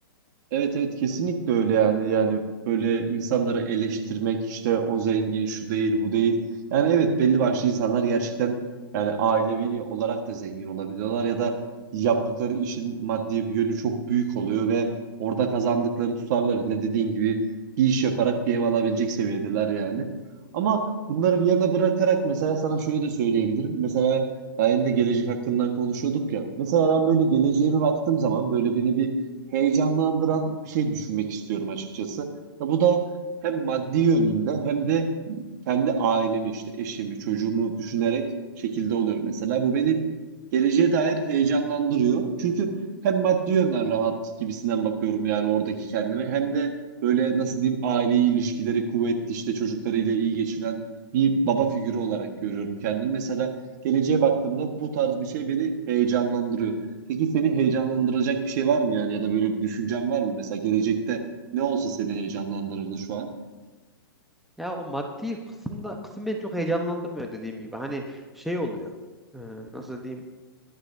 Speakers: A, on the right (about 50°); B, in the centre.
A: Evet evet kesinlikle öyle yani yani böyle insanları eleştirmek işte o zengin şu değil bu değil yani evet belli başlı insanlar gerçekten yani ailevi olarak da zengin olabiliyorlar ya da yaptıkları işin maddi bir yönü çok büyük oluyor ve orada kazandıkları tutarlarıyla dediğin gibi bir iş yaparak bir ev alabilecek seviyedeler yani ama bunları bir yana bırakarak mesela sana şöyle de söyleyebilirim mesela daha yeni de gelecek hakkından konuşuyorduk ya mesela ben böyle geleceğime baktığım zaman böyle beni bir heyecanlandıran bir şey düşünmek istiyorum açıkçası. Ya bu da hem maddi yönünde hem de kendi ailemi işte eşimi, çocuğumu düşünerek şekilde oluyor mesela. Bu beni geleceğe dair heyecanlandırıyor. Çünkü hem maddi yönden rahat gibisinden bakıyorum yani oradaki kendime hem de böyle nasıl diyeyim aileyi ilişkileri kuvvetli işte çocuklarıyla iyi geçinen bir baba figürü olarak görüyorum kendimi. Mesela geleceğe baktığımda bu tarz bir şey beni heyecanlandırıyor. Peki seni heyecanlandıracak bir şey var mı yani ya da böyle bir düşüncen var mı? Mesela gelecekte ne olsa seni heyecanlandırırdı şu an?
B: Ya o maddi kısımda kısım beni çok heyecanlandırmıyor dediğim gibi. Hani şey oluyor. e, nasıl diyeyim?